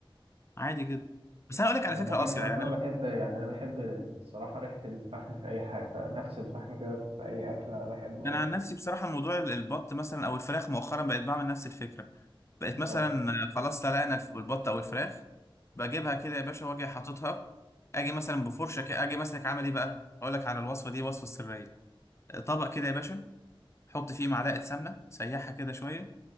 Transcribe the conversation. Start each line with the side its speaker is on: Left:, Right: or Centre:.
Left: عادي جدا بس أنا أقول لك
Right: انا
Left: على فكرة
Right: بحب
Left: قاسية
Right: اصلا
Left: يعني
Right: انا بحب يعني انا بحب الصراحه ريحه الفحم في اي حاجه فنفس الفحم كده في اي اكله بحبه
Left: انا
Right: أوي
Left: عن نفسي بصراحه موضوع ال- البط مثلا او الفراخ مؤخرا بقيت بعمل نفس الفكره بقيت مثلا
Right: اه
Left: خلاص سلقنا الف- البط او الفراخ بجيبها كده يا باشا واجي حاططها اجي مثلا بفرشه كده اجي ماسك عامل ايه بقى اقول لك على الوصفه دي وصفه سريه طبق كده يا باشا حط فيه معلقه سمنه سيحها كده شويه